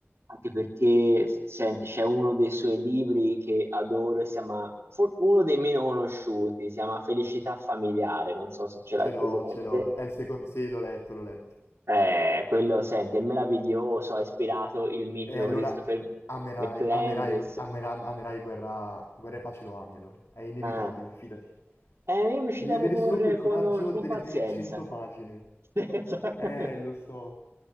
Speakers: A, on the right; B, on the left.
A: Anche perché, s- senti, c'è uno dei suoi libri che adoro, si chiama, for- uno dei meno conosciuti, si chiama Felicità familiare, non so se ce l'hai
B: Ce l'ho,
A: presente.
B: ce l'ho. È il secondo... Sì, l'ho letto, l'ho letto.
A: Eh, quello, senti, è meraviglioso, ha ispirato il mitico
B: E allora
A: Christopher
B: amerai,
A: McCandless.
B: amerai, amera- amerai guerra, guerra e pace lo ami allora. È inevitabile,
A: Ah.
B: fidati.
A: Eh, io mi ci
B: Devi
A: devo
B: avere
A: porre
B: solo quel coraggio
A: con, con
B: delle
A: pazienza.
B: prime 100 pagine.
A: <laughs>
B: Eh, lo so,